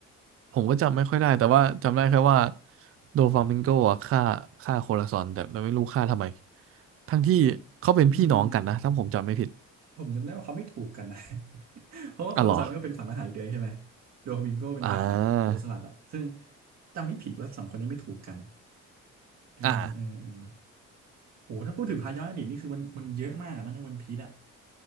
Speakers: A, on the right; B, on the right.
A: ผมก็จำไม่ค่อยได้แต่ว่าจำได้แค่ว่าโดฟลามิงโกอะฆ่าฆ่าโคราซอนแต่แต่ไม่รู้ฆ่าทำไมทั้งที่เขาเป็นพี่น้องกันนะถ้าผมจำไม่ผิด
B: อืม ผมจำได้ว่าเขาไม่ถูกกันนะ <laughs> เพราะว่าโคลาซันก็เป็นฝั่งทหารเรือใช่ไหม
A: อะเหรอ
B: โดมิงโกเป็นฝั่งแบบโจรสลัดอะซึ่ง
A: อ่า
B: จำไม่ผิดว่าสองคนนี้ไม่ถูกกันเออเออเออ
A: อ่า
B: โหถ้าพูดถึงพาย้อนอดีตนี่คือมันมันเยอะมากอะนะในวันพีซอะ